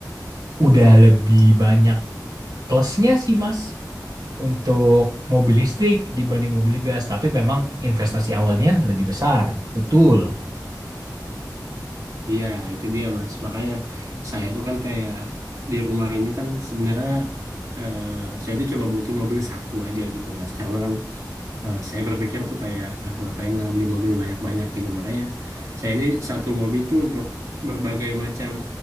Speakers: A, on the right (about 60°); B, on the right (about 40°).
A: udah lebih banyak plusnya sih Mas. untuk mobil listrik dibanding mobil gas, tapi memang investasi awalnya lebih besar. Betul.
B: iya itu dia mas makanya saya tuh kan kayak di rumah ini kan sebenarnya eh, saya tuh cuma butuh mobil satu aja gitu mas karena kan eh, saya berpikir tuh kayak ah ngapain lah beli mobil banyak-banyak gitu makanya saya ini satu mobil tuh untuk berbagai macam